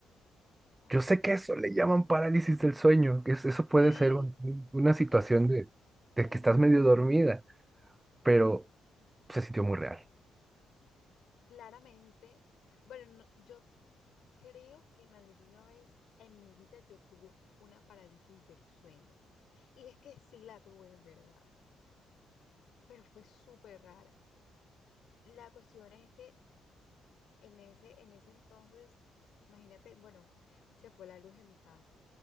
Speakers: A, on the left; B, on the right.
A: Wow.
B: Yo sé que eso le llaman parálisis del sueño, que es- eso puede
A: Sí,
B: ser un- un- una situación
A: es,
B: de, de
A: es
B: que estás
A: verdad.
B: medio dormida, pero se sintió muy real.
A: Claramente. Bueno, no- yo creo que en alguna vez en mi vida yo tuve una parálisis del sueño. Y es que sí la tuve en verdad, pero fue súper rara. La cuestión es que en ese, en ese entonces, imagínate, bueno, se fue la luz en mi casa.